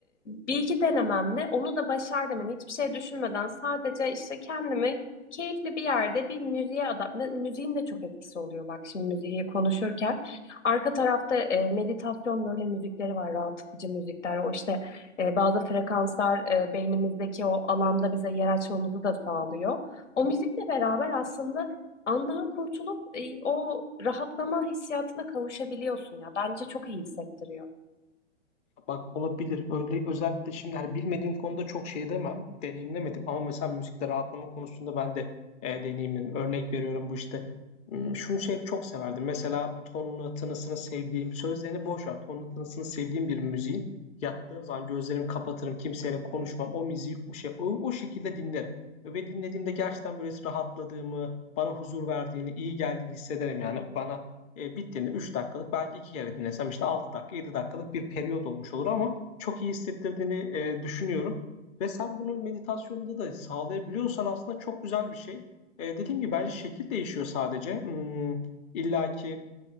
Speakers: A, on the left; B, on the left.
A: bir iki denememde onu da başardım. Hani hiçbir şey düşünmeden sadece işte kendimi keyifli bir yerde bir müziğe adapte. Müziğin de çok etkisi oluyor bak şimdi müziği konuşurken. Arka tarafta e, meditasyon böyle müzikleri var, rahatlatıcı müzikler. O işte e, bazı frekanslar e, beynimizdeki o alanda bize yer açmamızı da sağlıyor. O müzikle beraber aslında andan kurtulup e, o rahatlama hissiyatına kavuşabiliyorsun ya. Bence çok iyi hissettiriyor.
B: Bak olabilir. Öyle, özellikle şimdi hani bilmediğim konuda çok şey demem. Deneyimlemedim ama mesela müzikte rahatlama konusunda ben de e, deneyimledim. Örnek veriyorum bu işte. Hmm, Şunu şey çok severdim. Mesela tonunu, tınısını sevdiğim, sözlerini boş ver. Tonunu, tınısını sevdiğim bir müziğin yattığım zaman gözlerimi kapatırım, kimseyle konuşmam. O müziği o şey o, o şekilde dinlerim. Ve dinlediğimde gerçekten böyle rahatladığımı, bana huzur verdiğini, iyi geldiğini hissederim yani. Bana e, bittiğinde 3 dakikalık belki 2 kere dinlesem işte 6 dakika 7 dakikalık bir periyot olmuş olur ama çok iyi hissettirdiğini e, düşünüyorum. Ve sen bunu meditasyonda da sağlayabiliyorsan aslında çok güzel bir şey. E, dediğim gibi bence şekil değişiyor sadece. Hmm, illaki